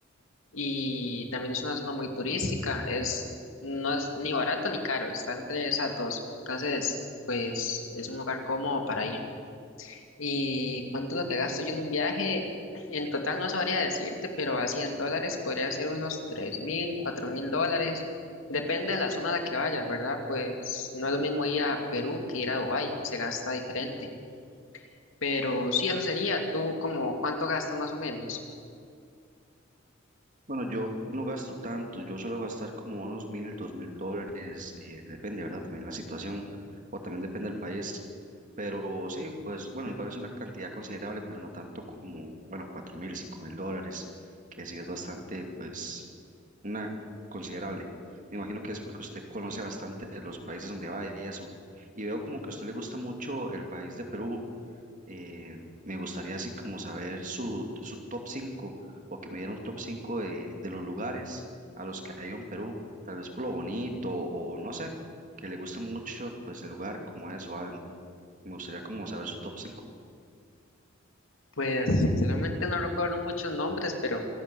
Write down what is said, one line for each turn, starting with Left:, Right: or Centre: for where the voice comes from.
Left: y también es una zona muy turística. Es, no es ni barato ni caro, está entre esas dos. Entonces, pues es un lugar cómodo para ir. ¿Y cuánto es lo que gasto yo en un viaje? En total no sabría decirte, pero a 100 dólares podría ser unos tres mil, cuatro mil dólares. Depende de la zona a la que vayas, ¿verdad? Pues no es lo mismo ir a Perú que ir a Dubái, se gasta diferente. Pero sí, eso sería. ¿Tú como cuánto gastas más o menos?
Right: Bueno, yo no gasto tanto, yo suelo gastar como unos mil, dos mil dólares, eh, depende, ¿verdad? También la situación, o también depende del país, pero sí, pues bueno, igual es una cantidad considerable, pero no tanto como, bueno, cuatro mil, cinco mil dólares, que sí es bastante, pues, una considerable. Me imagino que es porque usted conoce bastante de los países donde va y eso, y veo como que a usted le gusta mucho el país de Perú, eh, me gustaría así como saber su, su top cinco o que me diera un top 5 de, de los lugares a los que ha ido en Perú, tal vez por lo bonito o no sé, que le guste mucho pues el lugar como es o algo. Me gustaría como saber su top cinco
Left: Pues sinceramente no recuerdo muchos nombres, pero